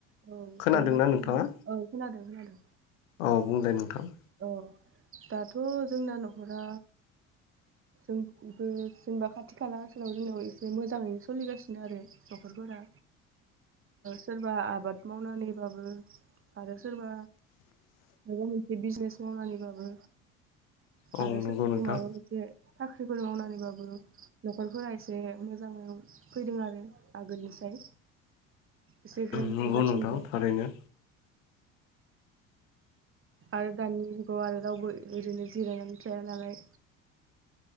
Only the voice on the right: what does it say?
औ
जोंनावथ'
औ खोनादों बि <unintelligible> आरो
औ दाथ जोंना नखरा जोंबो जेनबा खाथि खाला सोराव जोंनाव एसे मोजाङैनो सोलिगासिनो आरो नखरफोरा सोरबा आबाद मावनानैबाबो आरो सोरबा माबा बे बिजनेस मावनानैबाबो
आरोसो
ज
माबदि <unintelligible> साख्रिफोर मावनानैबाबो नखरफोरा एसे मोजां फैदों आरो आगोलनिसाय एसे ग्रोम
ग्रोम जासिनदों
आरो दानि जुगाव आरो रावबो ओरैनो जिरायनानै थाया नालाय